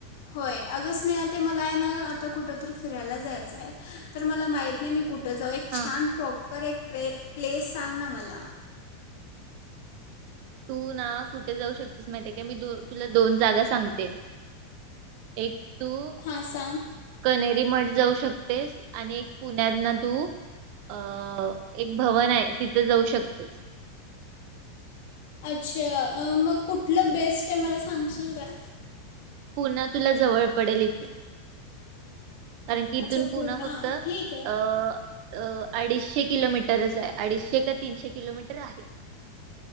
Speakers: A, on the left (about 65°); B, on the right (about 45°).
A: होय आग स्नेहल ते मलाय ना आता कुठेतर फिरायला जायचाय तर मला माहित नाय मी कुट त जव एक
B: हा
A: छान प्रॉप पर एक प्रे प्लेस सांग ना मला
B: तू ना कुठे जाऊ शकतेस माहितीये का मी दो तुला दोन जागा सांगते एक तू
A: हां सांग
B: कणे मठ जाऊ शकतेस आणि एक पुण्यात ना तू अ एक भवन आहे तिथं जाऊ शकतेस
A: अच्छा अ मग कुठलं बेस्ट आहे मला सांगशील काय?
B: पुणा तुला जवळ पडेल इथून कारण की
A: अच्छा
B: इथून पुणा फक्त अअ
A: ठीक आहे
B: अ अडीचशे किलोमीटरच आहे अडीचशे का तीनशे किलोमीटर आहे